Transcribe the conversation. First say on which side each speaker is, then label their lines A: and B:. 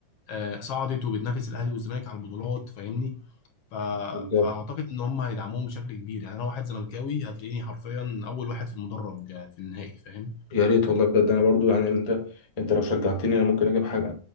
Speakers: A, on the left; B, on the left.
A: آه، صعدت وبتنافس الاهلي والزمالك على البطولات فاهمني ف...
B: بالظبط
A: فاعتقد ان هم هيدعموهم بشكل كبير يعني انا واحد زملكاوي هتلاقيني حرفيا اول واحد في المدرج آه، في النهائي فاهم
B: يا ريت والله بجد انا برضو يعني انت انت لو شجعتني انا ممكن اجي بحاجه